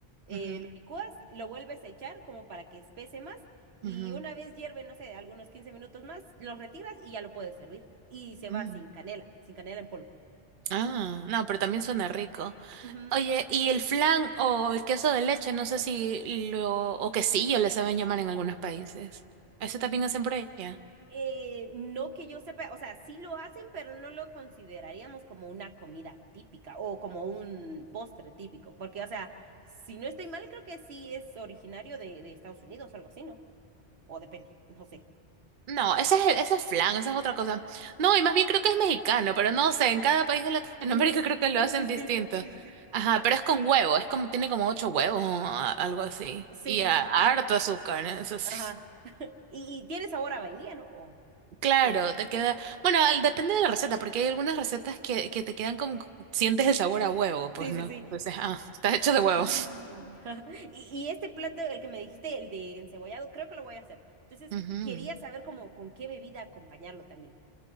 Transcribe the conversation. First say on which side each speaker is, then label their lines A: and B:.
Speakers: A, on the right; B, on the right.
A: eh,
B: Ujú,
A: lo licúas, lo vuelves a echar como para que espese más y
B: ujú,
A: una vez hierve, no sé, algunos 15 minutos más, lo retiras y ya lo puedes servir. Y se va
B: mm.
A: sin canela, sin canela en polvo.
B: Ah, no, pero también suena rico.
A: Ujú.
B: Oye, y el flan o el queso de leche, no sé si lo, o quesillo le saben llamar en algunos países. ¿Ese también hacen por allá?
A: Eh, no que yo sepa, o sea, sí lo hacen, pero no lo consideraríamos como una comida típica o como un postre típico, porque, o sea, si no estoy mal, creo que sí es originario de, de Estados Unidos o algo así, ¿no? O depende, no sé.
B: No, ese es, el- ese es flan, esa es otra cosa. No, y más bien creo que es mexicano, pero no sé, en cada país de Latinoamérica
A: Ujú,
B: <laughs> creo que lo
A: Es
B: hacen
A: distinto,
B: distinto.
A: sí, sí, sí.
B: Ajá,
A: Va,
B: pero es con huevo, es como, tiene como ocho huevos o a- algo así.
A: sí,
B: Y
A: sí,
B: a-
A: sí, sí.
B: harto azúcar, ¿no? Eso sí.
A: Ajá. Y, y tiene sabor a vainilla, ¿no? O-
B: Claro,
A: sí es.
B: te queda. Bueno, al- depende de la receta, porque hay algunas recetas que, que te quedan como que sientes el sabor a huevo, pues
A: Sí,
B: no.
A: sí, sí.
B: Entonces, ah, está hecho de huevo.
A: Mm, <laughs> Y, y este plato, el que me dijiste, el de encebollado, creo que lo voy a hacer. Entonces,
B: <laughs> Ujú.
A: quería saber como con qué bebida acompañarlo también.